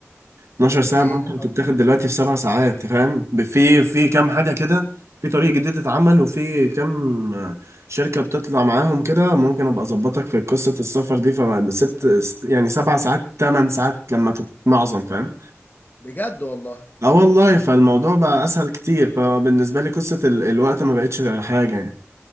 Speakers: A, on the right; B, on the left.
A: 12 ساعة
B: ايه
A: ممكن
B: ايه اللي حصل
A: تتاخد دلوقتي في سبع ساعات فاهم ب- في في كام حاجة كده في طريق جديد اتعمل وفي كام شركة بتطلع معاهم كده ممكن ابقى اظبطك في قصة السفر دي فست يعني سبع ساعات تمن ساعات لما تتمعظم فاهم
B: بجد والله
A: اه والله فالموضوع بقى اسهل كتير فبالنسبة لي قصة ال- الوقت ما بقتش حاجة يعني